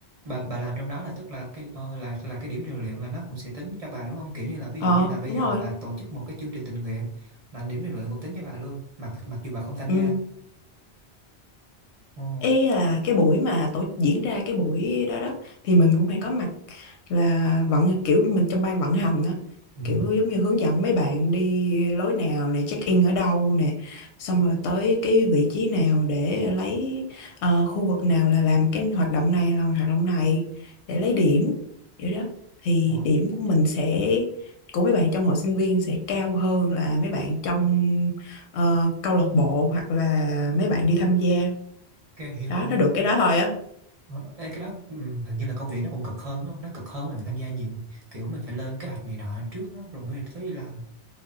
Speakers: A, on the right; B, on the left.
A: bà bà làm trong đó là tức là cái ờ, là là cái điểm rèn luyện là nó cũng sẽ tính cho bà đúng không kiểu như là ví
B: ờ
A: dụ như là bây
B: đúng
A: giờ
B: rồi
A: là bà tổ chức một cái chương trình tình nguyện là điểm rèn luyện cũng tính cho bà luôn mà mặc, mặc dù bà không tham gia
B: ừ
A: ồ
B: ý là cái buổi mà tổ diễn ra cái buổi đó đó thì mình cũng phải có mặt là vận kiểu mình trong ban vận hành đó
A: ừ.
B: kiểu giống như hướng dẫn mấy bạn đi lối nào nè check in ở đâu nè xong rồi tới cái vị trí nào để lấy ờ, khu vực nào là làm cái hoạt động này là hoạt động này để lấy điểm kiểu đó thì
A: ủa
B: điểm của mình sẽ của mấy bạn trong hội sinh viên sẽ cao hơn là mấy bạn trong ờ, câu lạc bộ hoặc là mấy bạn đi tham gia
A: ok hiểu
B: đó
A: hiểu hiểu
B: nó được cái đó thôi á
A: Ờ, Ê, cái đó ừ, hình như là công việc nó cũng cực hơn đúng không nó cực hơn là tham gia nhiều kiểu mình phải lên kế hoạch này nọ trước đó, rồi mới tới đi làm